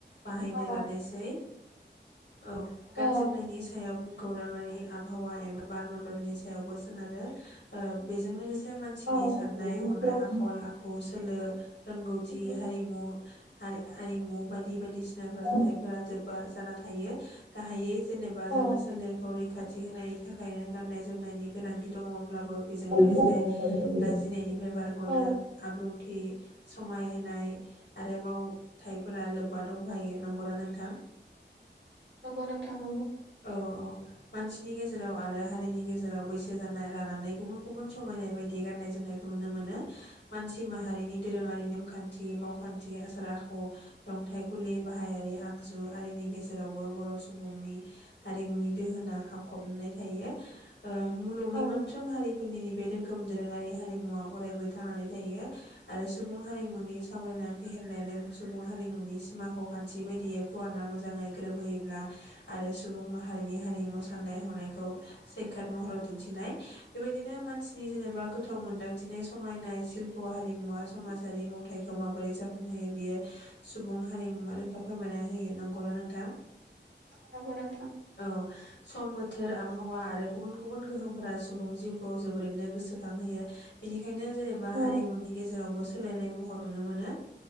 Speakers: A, on the left; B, on the right.
A: बाहायनो
B: औ
A: लानायसै औ गान
B: औ
A: जोमनायनि सायाव बुमखौराङारि आबहावा एबा बारमनदलनि सायावबो सोनारो। ओ बेजों लोगोसे से मानसिनि
B: औ
A: साननाय
B: नंगौ नोंथां
A: हनाय आखल आखु सोलो रोंगौथि
B: नंगौ
A: हारिमु हारि आ आरिमु बायद दि बायदिसिनाफोरा जाथायफोरा
B: औ
A: जोब बा जाना थायो गाहायै जेनेबा जोङो
B: औ
A: सोलेरखौ रैखाथि होनायनि थाखायनो गाननाय जोमनायनि गोनांथि। दङब्लाबो बेजों लोगोसे
B: नंगौ नोंथां
A: लाजिनायनिफ्राय बारग'नो
B: औ
A: आब्रुंथि समायहाय आरो मावथाइफोरा लोब्बा दंफायो नंगौना नों थां
B: नंगौ नोंथां नंगौ।
A: औ औ मानसिनि गेजेराव आरो हारिनि गेजेराव बैसो जानाय लानानै गुबुन गुबुन समायनाय बायदि गान्नाय जोमनायखौ नुनो मोनो मानसि थि माहारिनि दोरोङारि नेमखानथि मावखानथि आसार आखु लुंथाइखुलि बाहायारि आगजु आरिनि गेजेरावबो बर' सुबुंनि हारिमुनि दोहोना हाबखननानै थायो। ओ मुलुगनि
B: औ
A: मोनफ्रोम हारिफोरनि बे रोख खोम दोरोङारि हारिमुवा अरायबो थांनानै थायो आरो सु सुबुं हारिमुनि सावरायना फेहेरनायानो सुबुं हारिमुनि सिमाखौ खानथि बायदियै फुवारना मोजाङै गोरोबहोयोब्ला आरो सुबुं माहारिनि हारिमु साननाय हनायखौ सैखाट महराव दिनथिनाय बेबायदिनो मानसिनि जेनेबा गोथौ मोनदांथिनाय समायनाय शिल्प' हारि मुवा समाजारि मावथाइखौ माबोरै जाफुंहोयो बियो सुबुं हारिमुवा रोखा फोरमायना होयो नंगौना नोंथां?
B: नंगौ नोंथां।
A: औ सम बोथोर आबहावा आरो गुबुन गुबुन गोहोमफोरा सुबुं जिउखौ जोबोरैनो गोसोखांहोयो बिनि बेनो जेनेबा
B: औ
A: हारिमुनि गेजेरावबो सोलायनाय महर नुनो मोनो।